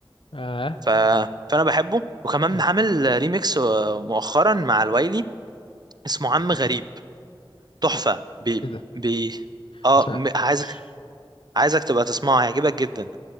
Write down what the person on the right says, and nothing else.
ف... فانا بحبه وكمان
عامل ريميكس مؤخرا مع الويلي اسمه عم غريب تحفه
بي...
بي... اه
م- عايزك
عايزك تبقى تسمعه هيعجبك جدا